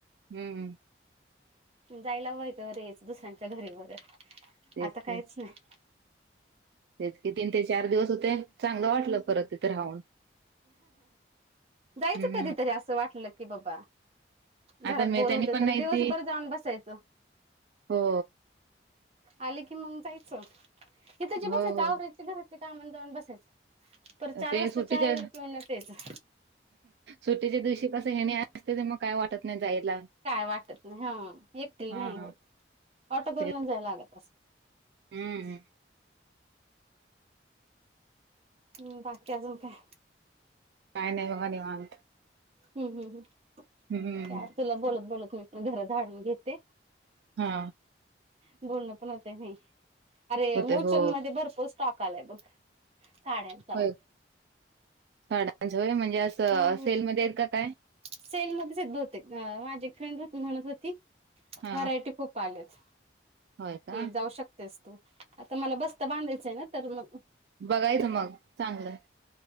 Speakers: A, on the right; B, on the right.
A: हम्म.
B: जायला वैगंरेच. दुसऱ्यांच्या घरी वगैरे.
A: तेच
B: आता काहीच
A: की
B: नाही.
A: तेच की तीन ते चार दिवस होते. चांगलं वाटलं परत तिथे राहून.
B: जायचं
A: हम्म
B: कधीतरी असं वाटलं की बाबा.
A: आता
B: घरात
A: मी
B: बोर
A: त्यांनी
B: होते
A: पण
B: तर
A: नाही
B: दिवसभर
A: ती
B: जाऊन बसायचं.
A: हो.
B: आले की मग जायचं. इथ ज
A: हो
B: बसेच
A: हो
B: आवराची घरातले काम आणि जाऊन बसेच. पर चार
A: ते
B: वाजता
A: सुट्टीच्या
B: चहा वगैरे पिवूणच याच.
A: सुट्टीच्या दिवशी कसं हेणे असते ते मग काय वाटत नाही जायला.
B: काय वाटत नाही. हा एकटतील
A: हा
B: नाही होत.
A: हा
B: ऑटो करून
A: ते
B: जायला लागत असं.
A: हम्म.
B: हम्. बाकी अजून काय?
A: काय नाही बघा निवांत.
B: हम् हम् हम्.
A: हम्म.
B: तुला बोलत बोलत मी पण घर झाडून घेते.
A: हा
B: बोलण पण होत नय. अरे
A: होते
B: मोचन
A: हो
B: मध्ये भर टाकालाय बघ साड्या!
A: होय साड्याच होय म्हणजे असं
B: हम्म
A: सेलमध्ये आहेत का काय!
B: सेलमध्येच आहेत भवतेक माझी फ्रेंड म्हणत होती
A: हा
B: व्हरायटी खूप आल्यात.
A: होय का
B: ये जाऊ शकतेस तू, आता मला बस्ता बांधायांचा आहे ना तर मग!
A: बघायचं मग चांगलं.